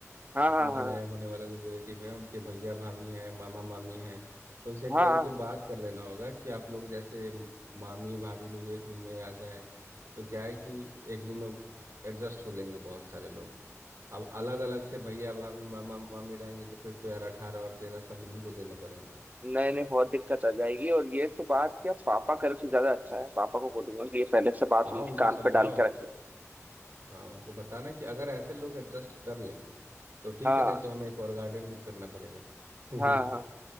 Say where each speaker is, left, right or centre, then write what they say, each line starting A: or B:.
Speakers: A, on the right (about 30°); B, on the right (about 70°).
A: हाँ
B: अपने
A: हाँ
B: जो
A: हाँ
B: नए होने वाले रिलेटिव हैं उनके भैया भाभी हैं मामा मामी हैं तो उनसे एक
A: हाँ
B: बार
A: हाँ हाँ।
B: को बात कर लेना होगा कि आप लोग जैसे म- मामी भाभी लोग एक रूम में आ जाएं तो क्या है कि एक रूम में एडजस्ट हो लेंगे बहुत सारे लोग अब अलग अलग से भैया भाभी मामा मामी रहेंगे तो फिर तो यार अठारह और तेरह सब उन्हीं को देने पड़ेंगे
A: नहीं नहीं बहुत दिक्कत आ जाएगी और ये तो बात क्या पापा करे तो ज्यादा अच्छा है पापा को बोलूंगा कि ये पहले से बात
B: हाँ
A: उनके
B: उनको
A: कान
B: समझाओ
A: पे डाल के रखे
B: हाँ उनको बताना कि अगर ऐसे लोग एडजस्ट कर ले तो ठीक
A: हाँ
B: है नहीं तो हमें एक और गार्डन बुक करना पड़ेगा <laughs> क्या
A: हाँ हाँ